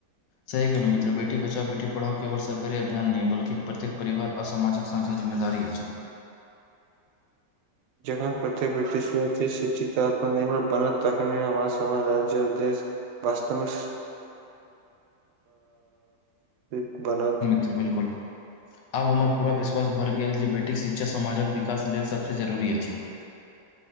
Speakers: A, on the left; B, on the right.
A: सही कहलों मित्र बेटी बचाओ बेटी पढ़ाओ केवल सरकारी अभियान नहि बल्कि प्रत्येक परिवार असामाजक साँझा जिम्मेदारी अछि
B: जखन प्रत्येक व्यक्ति शिक्षित आत्मनिर्भर बनत तखने हमर समाज राज्य देश बास्तमे <unintelligible> बनत
A: <unintelligible> बिलकुल आब हमर पूरा विश्वास भर गेल जे बेटीक शिक्षा समाजक विकास लेल सभसँ जरूरी अछि